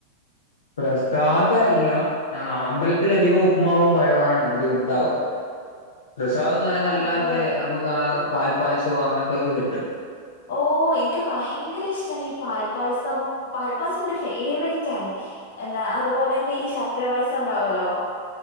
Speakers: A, on the left; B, on the left.
A: പ്രസാദമല്ല ആ അമ്പലത്തില അധികവും ഉപ്പ്മാവും പഴണതി ഉണ്ടാവുക പ്രസാദം എന്ന് പറയുന്നത്
B: ആണല്ലേ
A: അല്ലാത നമുക്ക് ആ പാൽ പായസമോ അങ്ങനത്തെയൊക്കെ കിട്ടും
B: ഓഹ് എനിക്ക് ഭയങ്കര ഇഷ്ടമാണ് ഈ പാൽപ്പാസം പാൽപ്പാസം എന്റെ ഫേവറേ ണ് എന്നാ അതുപോലെതന്നെ ഈ ശർക്കര വയസ്സുണ്ടാവലോ